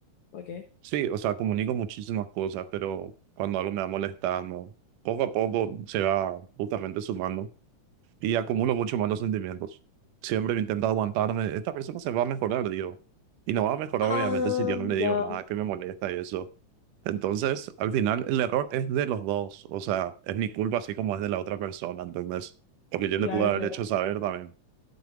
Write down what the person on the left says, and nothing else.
¿ok?
Ah,
ya,
claro,
claro.